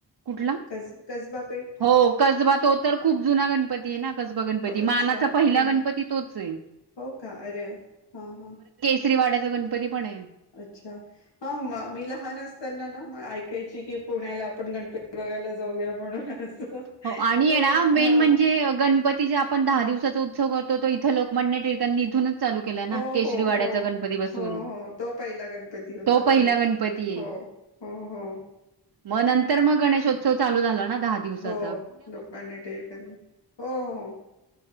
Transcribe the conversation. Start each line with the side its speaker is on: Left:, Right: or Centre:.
Right: कुठला?
Left: कस कसबा पेठ
Right: हो, कसबा तो तर खूप जुना गणपती आहे ना कसबा गणपती
Left: अच्छा
Right: मानाचा
Left: हा
Right: पहिला
Left: हा
Right: गणपती तोच आहे.
Left: हो का, अरे हां हां
Right: श्रीवाड्याचा गणपती पण आहे.
Left: अच्छा, हा म मी लहान असताना ना मे ऐक के यची की पुण्याला आपण गणपती बघायला जाऊया म्हणून!
Right: हो आणि
Left: खूप
Right: ये णा मेन
Left: हा
Right: म्हणजे गणपती जे आपण दहा दिवसाचा उत्सव कर तो इथं लोकमान्य टिळकांनी इथूनच चालू केला
Left: हो,
Right: ना केशरीवाड्याचा
Left: हो, हो
Right: गणपती बसवून
Left: हो हो तो पहिला गणपती होता
Right: तो पहिला
Left: ते हो
Right: गणपती आहे.
Left: हो हो-
Right: मग नंतर मग गणेशोत्सव चालू झाला ना? दहा दिवसात-
Left: हो लोकमान्य टिळकांनी हो हो,